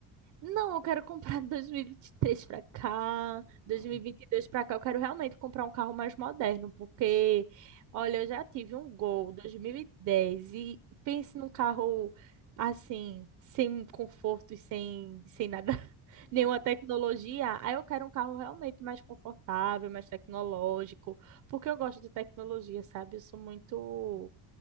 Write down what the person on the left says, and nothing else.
Então.
Não.
não-